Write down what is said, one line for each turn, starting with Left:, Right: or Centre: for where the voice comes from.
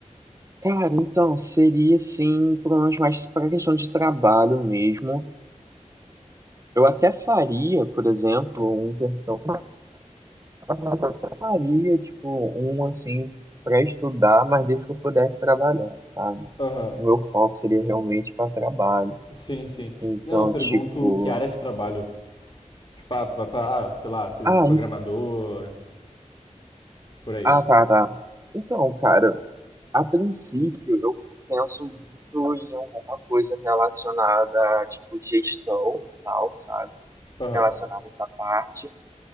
Right: Cara, então, seria, assim, provavelmente mais para questão de trabalho mesmo, eu até faria, por exemplo, um intercâmbio Mas eu até faria, tipo, um assim, para estudar, mas desde que eu pudesse trabalhar, sabe?
Left: Aham.
Right: O meu foco seria realmente para trabalho.
Left: Sim, sim.
Right: Então,
Left: Não, eu pergunto
Right: tipo.
Left: que área de trabalho. Tipo, ah, tu vai pra, ah, sei lá, ser
Right: Ah,
Left: programador,
Right: en-
Left: por aí.
Right: ah, tá, tá. Então, cara, a princípio eu penso muito em alguma coisa relacionada a, tipo, gestão e tal, sabe?
Left: Aham.
Right: Relacionada a essa parte.